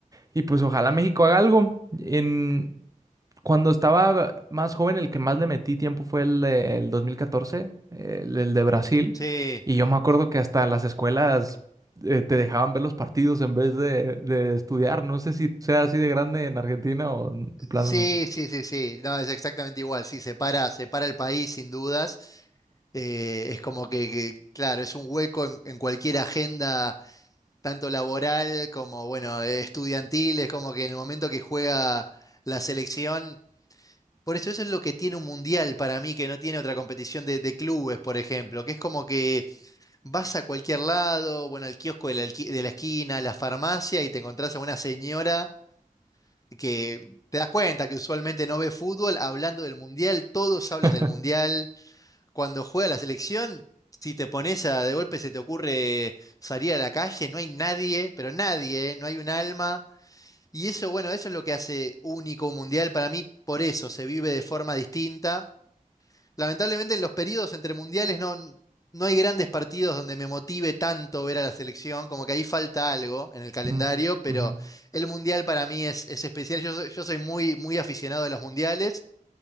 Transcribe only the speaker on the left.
Sí,
Sí,
sí, sí, sí. No, es exactamente igual. Sí, separa, separa el país sin dudas. Eh, es como que, que, claro, es un hueco en, en cualquier agenda tanto laboral como, bueno, eh, estudiantil, es como que en el momento que juega la selección, por eso eso es lo que tiene un mundial para mí, que no tiene otra competición de, de clubes, por ejemplo, que es como que vas a cualquier lado, bueno, al kiosco de la, alqui- de la esquina, a la farmacia y te encontrás a una señora que te das cuenta que usualmente no ve fútbol hablando del mundial, todos hablan
del mundial cuando juega la selección, si te pones a de golpe se te ocurre salir a la calle, no hay nadie, pero nadie, ¿eh? no hay un alma. Y eso, bueno, eso es lo que hace único un mundial para mí, por eso se vive de forma distinta. Lamentablemente en los periodos entre mundiales no, no hay grandes partidos donde me motive tanto ver a la selección, como que ahí falta algo en el calendario,
pero
el mundial para mí es, es especial. Yo soy, yo soy muy, muy aficionado de los mundiales